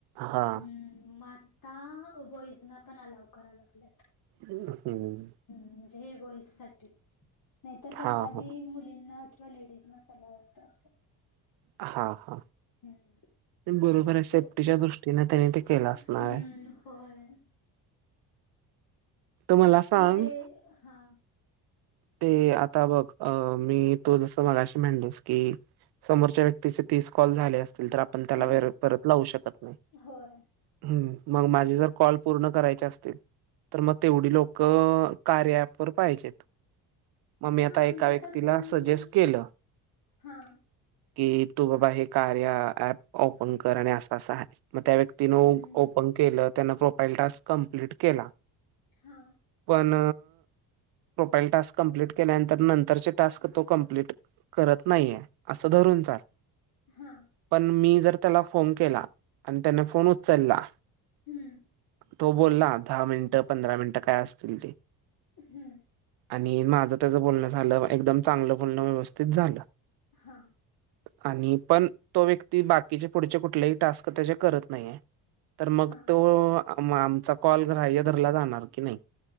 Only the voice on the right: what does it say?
हां.
हम्म.
हां,
हां.
हा हा...
बरोबर ए... सेफ्टीच्या
दृष्टीने त्यानी ते केलं
असणार आहे.
तर मला सांग
ते आता बघ... अं.... मी... तू... जसं मगाशी म्हणलीस की समोरच्या व्यक्तीचे तीस कॉल झाले असतील तर आपण त्याला....
व... परत लावू शकत नाई.
हम्म.... मग माझे जर कॉल पूर्ण करायचे असतील तर मग तेवढी लोकं कार्या ऍपवर पाहिजेत. मग मी
आता एका
व्यक्तीला
सजेस्ट केलं
कि तू बाबा हे कार्या ऍप ओपन कर आणि असं असं आहे, मग त्या व्यक्ती तिनं...
ओ... ओपन केलं... त्यानं प्रोफाईल टास्क कंप्लीट केला.
पण प्रोफाईल टास्क कंप्लीट केल्यानंतर... नंतरचे टास्क तो कंप्लीट करत नाहीये.... असं धरून चाल.
पण मी जर त्याला फोन केला आणि त्याने फोन उचलला
तो बोलला दहा मिनिटं... पंधरा मिनिटं काय असतील ते
आणि माझं त्याचं बोलणं झालं... एकदम चांगलं बोलणं व्यवस्थित झालं
आणि पण.... तो व्यक्ती बाकीचे पुढचे कुठलेही टास्क... त्याचे करत नाहीये तर मग
तो... मग... आमचा कॉल ग्राह्य धरला जाणार की नाही?